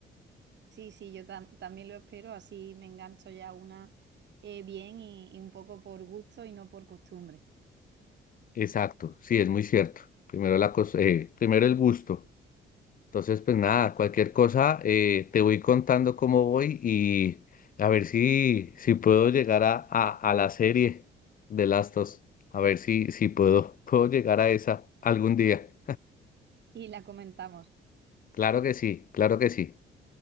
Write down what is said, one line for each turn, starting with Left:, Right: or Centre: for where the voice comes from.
Right: Sí, sí, yo tam- también lo espero, así me engancho ya una eh, bien y y un poco por gusto y no por costumbre.
Left: Exacto, sí, es muy cierto. Primero la cos- eh, primero el gusto. Entonces, pues nada, cualquier cosa, eh, te voy contando cómo voy y a ver si, si puedo llegar a, a, a la serie de Lastos. A ver si, si puedo, <laughs> puedo llegar a esa algún día.
Right: Y la comentamos.
Left: Claro que sí, claro que sí.